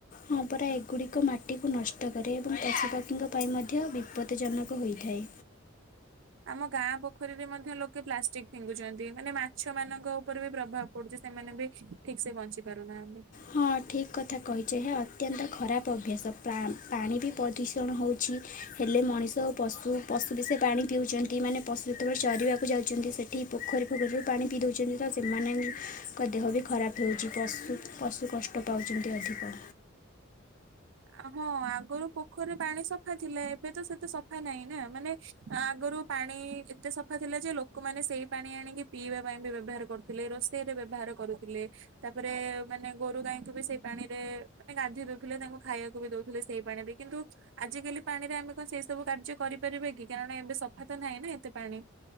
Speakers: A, on the left; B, on the right.
A: ହଁ ପରା ଏଗୁଡ଼ିକ ମାଟିକୁ ନଷ୍ଟ କରେ ଏବଂ ପଶୁପକ୍ଷୀଙ୍କ ପାଇଁ ମଧ୍ୟ ବିପଦଜନକ ହୋଇଥାଏ।
B: ଆମ ଗାଁ ପୋଖରୀରେ ମଧ୍ୟ ଲୋକେ ପ୍ଲାଷ୍ଟିକ୍ ଫିଙ୍ଗୁଚନ୍ତି, ମାନେ ମାଛ ମାନଙ୍କ ଉପରେ ବି ପ୍ରଭାବ ସୋଉଠୁ ସେମାନେ ବି ଠିକ୍ ସେ ବଞ୍ଚି ପାରୁନାହାନ୍ତି।
A: ହଁ ଠିକ୍ କଥା କହିଛ। ଏହା ଅତ୍ୟନ୍ତ ଖରାପ ଅଭ୍ୟାସ। ପ୍ରାମ୍ ପାଣି ବି ପ୍ରଦୂଷଣ ହେଉଛି ହେଲେ, ମଣିଷ ଓ ପଶୁ, ପଶୁ ବି ସେ ପାଣି ପିଉଛନ୍ତି ମାନେ ପଶୁ ଯେତବେଳେ ଚରିବାକୁ ଯାଉଛନ୍ତି, ସେଠି ପୋଖରୀ ଫୋଖରୀରୁ ପାଣି ପିଇ ଦେଉଛନ୍ତି। ତ, ସେମାନେ ତାଙ୍କ ଦେହ ବି ଖରାପ ହେଉଛି। ପଶୁ ପଶୁ କଷ୍ଟ ପାଉଛନ୍ତି ଅଧିକ।
B: ହଁ ଆଗରୁ ପୋ ପୋଖରୀର ପାଣି ସଫା ଥିଲା। ଏବେ ତ ସେତେ ସଫା ନାହିଁ। ନା ମାନେ ଆଗରୁ ପାଣି ଏତେ ସଫା ଥିଲା, ଯେ ଲୋ ଲୋକମାନେ ସେଇ ପାଣି ଆଣିକି ପିଇବା ପାଇଁ ବି ବ୍ୟବହାର କରୁଥିଲେ। ରୋଷେଇରେ ବ୍ୟବହାର କରୁଥିଲେ। ତା ପରେ ମାନେ ଗୋରୁ ଗାଈଙ୍କୁ ବି ସେଇ ପାଣିରେ ମାନେ ଗାଧୋଇ ଦୋଉଥିଲେ। ତାଙ୍କୁ ଖାଇବାକୁ ବି ଦଉଥିଲେ, ସେଇ ପାଣିରେ କିନ୍ତୁ ଆଜିକାଲି ପାଣିରେ ଆମେ କଣ ସେଇ ସବୁ କାର୍ଯ୍ୟ କରିପାରିବା କି? କାରଣ ଏବେ ସଫା ତ ନାହିଁ ନା। ଏତେ ପାଣି